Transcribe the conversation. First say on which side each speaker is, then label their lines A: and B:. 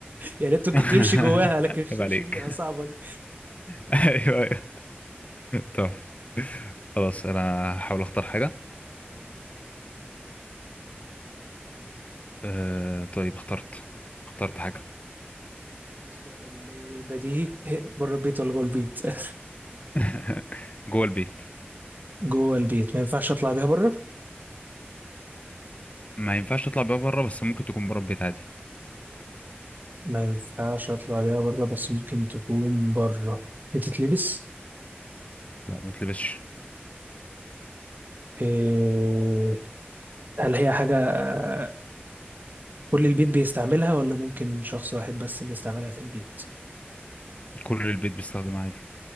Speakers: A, on the right; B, on the left.
A: يعني انت ممكن
B: <laughs>
A: تمشي جواها لكن مش
B: عيب
A: تمشي
B: عليك
A: بيها صعبه دي
B: <laughs> ايوه ايوه طب خلاص انا هحاول اختار حاجة
A: تمام
B: أه طيب اخترت اخترت حاجة
A: السؤال اللي بديهي إيه، بره البيت ولا جوه البيت <laughs>
B: <laughs> جوه البيت
A: جوه البيت ما ينفعش اطلع بيها بره
B: ما ينفعش تطلع بيها بره بس ممكن تكون بره البيت عادي
A: ما ينفعش اطلع بيها بره بس ممكن تكون بره بتتلبس
B: لا ما تلبسش
A: إيه... هل هي حاجه آه، كل البيت بيستعملها ولا ممكن شخص واحد بس اللي يستعملها في البيت
B: كل البيت بيستخدمها عادي